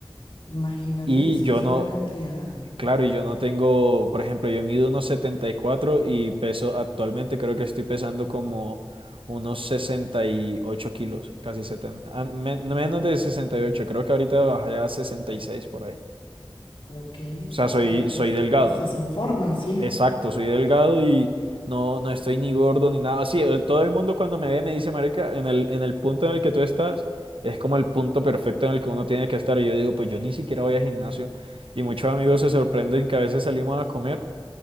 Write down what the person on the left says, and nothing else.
Imagínate,
es
que es
una cantidad.
Ok,
o
sea,
nos,
nos estás forma, sí.